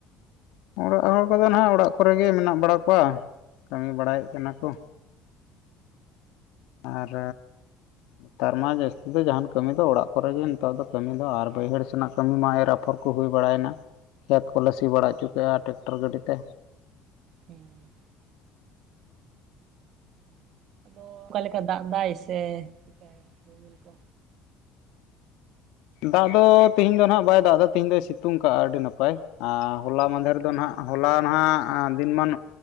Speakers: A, on the left; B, on the right.
A: ᱚᱲᱟᱜ ᱦᱚᱲ ᱠᱚᱫᱚ ᱱᱟᱦᱟᱜ ᱚᱲᱟᱜ ᱠᱚᱨᱮ ᱜᱮ ᱢᱮᱱᱟᱜ ᱵᱟᱲᱟ ᱠᱚᱣᱟ, ᱠᱟᱹᱢᱤ ᱵᱟᱲᱟᱭᱮᱱᱟ ᱠᱚ᱾ ᱟᱨ ᱱᱮᱛᱟᱨ ᱢᱟ ᱡᱟᱹᱥᱛᱤ ᱫᱚ ᱡᱟᱦᱟᱱ ᱠᱟᱹᱢᱤ ᱫᱚ ᱚᱲᱟᱜ ᱠᱚᱨᱮ ᱜᱮ ᱱᱮᱛᱟᱨ ᱫᱚ ᱠᱟᱹᱢᱤ ᱫᱚ ᱟᱨ ᱵᱟᱹᱭᱦᱟᱹᱲ ᱥᱮᱱᱟᱜ ᱠᱟᱹᱢᱤ ᱢᱟ ᱮᱨ ᱟᱯ ᱯᱷᱚᱨ ᱠᱚ ᱦᱩᱭ ᱵᱟᱲᱟᱭ ᱮᱱᱟ, ᱠᱷᱮᱛ ᱠᱚᱞᱮ ᱥᱤ ᱵᱟᱲᱟ ᱚᱪᱚ ᱠᱮᱫᱼᱟ ᱴᱨᱟᱠᱴᱚᱨ ᱜᱟᱹᱰᱤ ᱛᱮ,
B: ᱦᱮᱸ ᱟᱫᱚ ᱚᱠᱟ ᱞᱮᱠᱟ ᱫᱟᱜ ᱫᱟᱭ ᱥᱮ ᱪᱮᱫ ᱞᱮᱠᱟ ᱨᱤᱢᱤᱞ ᱠᱚ?
A: ᱫᱟᱜ ᱫᱚ ᱛᱤᱦᱤᱧ ᱫᱚ ᱱᱟᱦᱟᱜ ᱵᱟᱭ ᱫᱟᱜ ᱫᱟ, ᱛᱮᱦᱮᱧ ᱫᱚᱭ ᱥᱤᱛᱩᱝ ᱠᱟᱦᱼᱟ ᱟᱹᱰᱤ ᱱᱟᱯᱟᱭ᱾ ᱟ ᱦᱚᱞᱟ ᱢᱟᱫᱷᱮᱨ ᱨᱮᱫᱚ ᱱᱟᱜ ᱦᱚᱞᱟ ᱱᱟᱦᱟᱜ ᱫᱤᱱᱟᱹᱢᱟᱱ